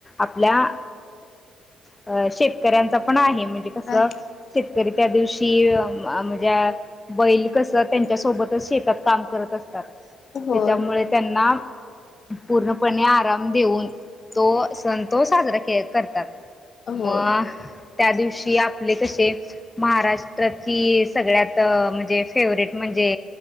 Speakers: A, on the left; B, on the left.
A: आपल्या अ शेतकऱ्यांचा पण आहे <unintelligible> म्हजे कस
B: आहे
A: शेतकरी त्या दिवशी म्हणजे बैल कस त्यांच्या सोबत शेतात काम करत असतात
B: होय
A: त्याच्यामुळे त्यांना पूर्णपणे आराम देऊन तो त्यादिवशी आपले कसे
B: होय
A: पण त्या दिवशी आपले कसे महाराष्ट्रात ती सगळ्यात म्हणजे फेवरेट म्हणजे